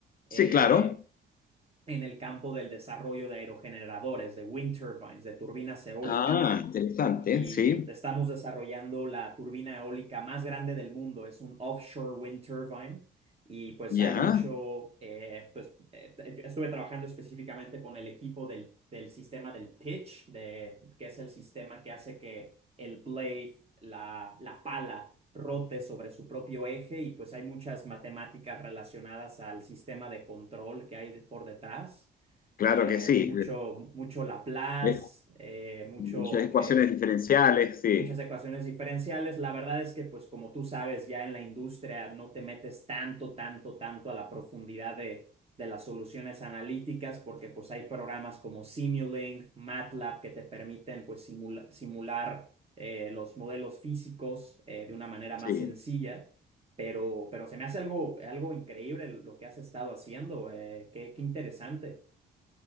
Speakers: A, on the left; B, on the right.
A: Sí,
B: eh,
A: claro.
B: en el campo del desarrollo de aerogeneradores, de wind turbines, de turbinas eólicas
A: Ah, interesante.
B: y
A: Sí,
B: estamos desarrollando la turbina eólica más grande del mundo. Es un offshore wind turbine y pues
A: ya.
B: hay mucho, eh, pues eh, estuve trabajando específicamente con el equipo del, del sistema del pitch, de, que es el sistema que hace que el blade, la, la pala, rote sobre su propio eje y pues hay muchas matemáticas relacionadas al sistema de control que hay por detrás
A: Claro
B: eh,
A: que sí.
B: mucho, mucho Laplace,
A: Es-
B: eh, mucho,
A: muchas ecuaciones
B: eh,
A: diferenciales, sí,
B: muchas ecuaciones diferenciales. La verdad es que, pues como tú sabes, ya en la industria no te metes tanto, tanto, tanto a la profundidad de, de las soluciones analíticas, porque pues hay programas como Simulink, MATLAB, que te permiten pues simula- simular eh, los modelos físicos eh, de una manera
A: sí,
B: más sencilla. Pero, pero se me hace algo, algo increíble lo que has estado haciendo. eh, qué, qué interesante.